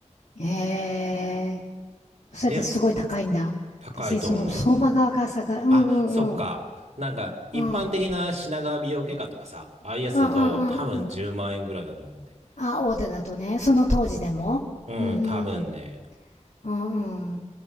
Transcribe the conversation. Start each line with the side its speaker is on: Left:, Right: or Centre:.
Left: ええーそれってすごい高いんだ。
Right: で、高いと思う。
Left: 私、その相場側がさが、うんうんうん。
Right: あ、そっか。なんか、一般的な品川美容外科とかさ、
Left: うん。うん
Right: ああいうやつだと多分10万円ぐらいだと思うんだよね。
Left: うんうんうん。あ、大手だとね。その当時でも。
Right: うん。
Left: うん。
Right: うん、多分ね。
Left: うんうん。